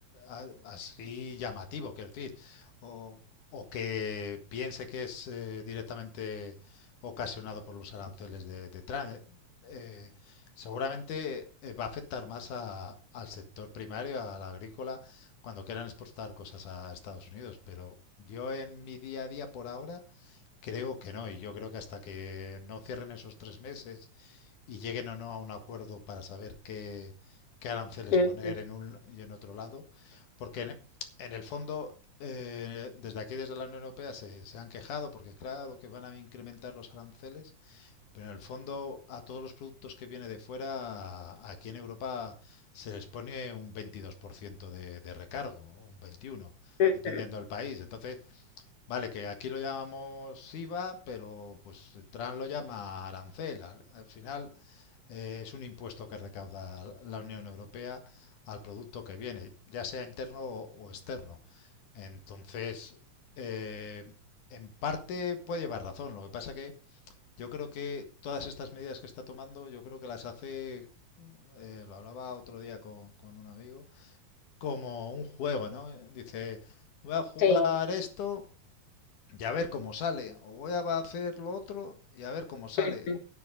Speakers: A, on the left (about 75°); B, on the left (about 55°).
A: a- así llamativo, quiero decir, o, o que piense que es eh, directamente ocasionado por los aranceles de, de Trump. Eh, seguramente eh, va a afectar más a- al sector primario, al agrícola, cuando quieran exportar cosas a Estados Unidos, pero yo en mi día a día por ahora creo que no, y yo creo que hasta que no cierren esos tres meses y lleguen o no a un acuerdo para saber qué, qué aranceles
B: ujú,
A: poner en un y en otro lado, porque en, en el fondo, eh, desde aquí, desde la Unión Europea, se, se han quejado porque, claro, que van a incrementar los aranceles, pero en el fondo, a todos los productos que vienen de fuera, a- aquí en Europa se les pone un 22% de, de recargo, un 21%,
B: ujú,
A: dependiendo del país. Entonces, Vale, que aquí lo llamamos IVA, pero pues Trump lo llama arancel. Al, al final eh, es un impuesto que recauda la Unión Europea al producto que viene, ya sea interno o, o externo. Entonces, eh, en parte puede llevar razón. Lo que pasa que yo creo que todas estas medidas que está tomando, yo creo que las hace, eh, lo hablaba otro día con, con un amigo, como un juego, ¿no? Dice, voy a jugar
B: sí,
A: esto y a ver cómo sale, o voy a hacer lo otro y a ver cómo sale.
B: ujú.